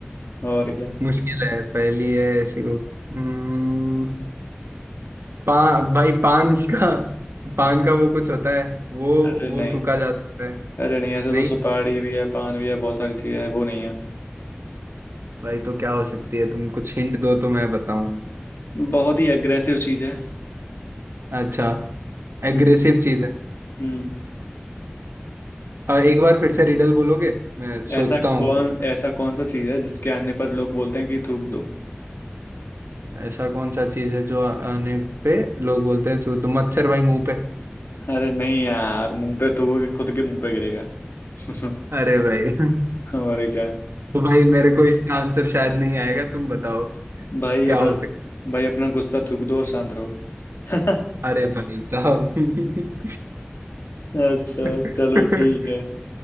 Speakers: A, on the left; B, on the right.
A: और क्या
B: मुश्किल है पहली है ऐसी को हम्म, पा, भाई पान का पान का वो कुछ होता है वो
A: अरे
B: वो
A: नहीं
B: थूका जा सकता है
A: अरे नहीं ऐसे
B: नहीं
A: तो सुपारी भी है पान भी है बहुत सारी चीज़ें है वो नहीं है
B: भाई तो क्या हो सकती है तुम कुछ हिंट दो तो मैं बताऊं
A: बहुत ही अग्रेसिव चीज़ है
B: अच्छा
A: हम्म
B: एग्रेसिव चीज है
A: हम्म।
B: अ, एक बार फिर से रिडल बोलोगे मैं सोचता
A: ऐसा
B: हूँ
A: कौन
B: कुछ
A: ऐसा कौन सा चीज है जिसके आने पर लोग बोलते हैं कि थूक दो
B: ऐसा कौन सा चीज है जो आ- आने पे लोग बोलते हैं छू तो मच्छर भाई मुंह पे
A: अरे नहीं यार मुंह पे थूकोगे खुद के मुंह पे गिरेगा <laughs>
B: अरे भाई <laughs>
A: और क्या
B: तो भाई मेरे को इसका आंसर शायद नहीं आएगा तुम बताओ
A: भाई
B: क्या
A: अपना
B: हो सकता
A: भाई अपना गुस्सा थूक दो और शांत रहो <laughs>
B: अरे भाई साहब
A: अच्छा
B: <laughs>
A: चलो ठीक है